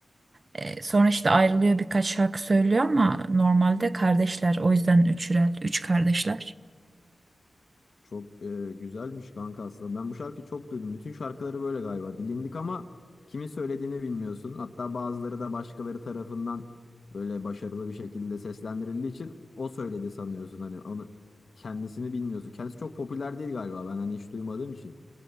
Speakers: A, on the right; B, on the left.
A: E, Sonra işte ayrılıyor birkaç şarkı söylüyor ama normalde kardeşler. O yüzden üçürel, üç kardeşler.
B: Çok e, güzelmiş kanka aslında. Ben bu şarkıyı çok duydum. Bütün şarkıları böyle galiba. Bilindik ama kimin söylediğini bilmiyorsun. Hatta bazıları da başkaları tarafından böyle başarılı bir şekilde seslendirildiği için o söyledi sanıyorsun. Hani onu kendisini bilmiyorsun. Kendisi çok popüler değil galiba. Ben hani hiç duymadığım için.